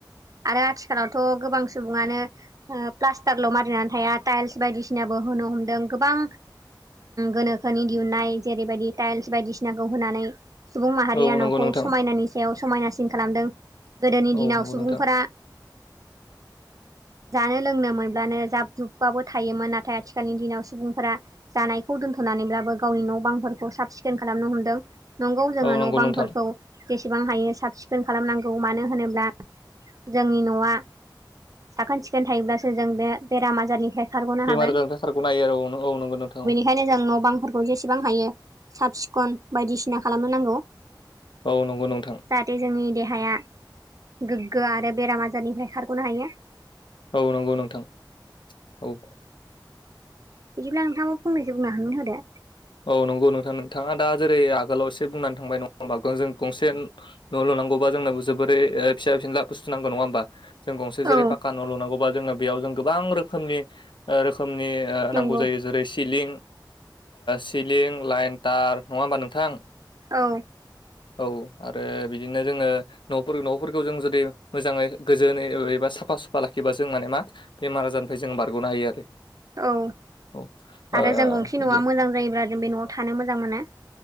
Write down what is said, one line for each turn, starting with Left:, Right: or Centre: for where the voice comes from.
Right: आरो आथिखालावथ' गोबां सुबुङानो प्लास्टारल' मारिनानै थाया टाइल्स बायदिसिनाबो होनो हमदों गोबां गोनोखोनि दिहुननाय जेरैबायदि टाइल्स बायदिसिनाखौ होनानै सुबुं माहारिया
Left: औ
Right: न'खौ
Left: नंगौ नोंथां
Right: समायनानि सायाव समायनासिन खालामदों गोदोनि
Left: औ
Right: दिनाव
Left: नंगौ
Right: सुबुं
Left: नोंथां
Right: बा जानो लोंनो मोनब्लानो जाब जुबबाबो थायोमोन नाथाय आथिखालनि दिनाव सुबुंफोरा जानायखौ दोन्थ'नानैब्लाबो गावनि न' बांफोरखौ साब सिखोन खालामनो हमदों नंगौ जोङो
Left: औ
Right: न'
Left: नंगौ
Right: बांफोरखौ
Left: नोंथां
Right: जेसेबां हायो साब सिखोन खालामनांगौ मानो होनोब्ला जोंनि न'आ साखोन सिखोन थायोब्लासो जों बे बेराम आजारनिफ्राय खारग'नो
Left: बेमार
Right: हागोन।
Left: आजारनिफ्राय खारगनो हायो आरो औ औ नंगौ नोंथां औ
Right: ओंखायनो जों न' बांफोरखौ जेसेबां हायो साब सिखन बायदिसिना खालामनो नांगौ
Left: औ नंगौ नोंथां
Right: जाहाथे जोंनि देहाया गोग्गो आरो बेराम आजारनिफ्राय खारग'नो हायो
Left: औ नंगौ नोंथां औ
Right: बिदिब्ला नोंथांङाबो फंनैसो बुंनानै होदो
Left: औ नंगौ नोंथां नोंथाङा दा जेरै आगोलाव एसे बुंनानै थांबाय नङा हमबा जों गंसे न' ल'नांगबा जोंनोबो जोबोरै फिसा फिनला बुस्थ नांग नङा होनबा जों गंसे जेरै
Right: औ
Left: पाका न' लुनांगौबा जोङो बेयाव जों गोबां रोखोमनि रोखोमनि नांगौ
Right: नंगौ
Left: जायो जेरै सिलिं सिलिं लाइन टार नङा होमबा नोंथां
Right: औ
Left: औ आरो बिदिनो जोङो न' न'फोरखौ जों जुदि मोजाङै गोजोनै एबा साफा सुफा लाखिबा जों माने मा बेमार आजारनिफ्राय जों बारग'नो हायो आरो
Right: औ
Left: औ ओ
Right: आरो जों गंसे
Left: बिदि
Right: न'आ मोजां जायोब्ला जों बे न'आव थानो मोजां मोनो